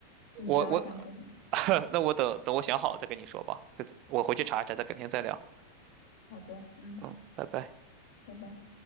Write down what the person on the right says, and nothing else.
我我呃、那我等等我想好了再跟你说吧，这我回去查一查，再改天再聊。
嗯，拜拜。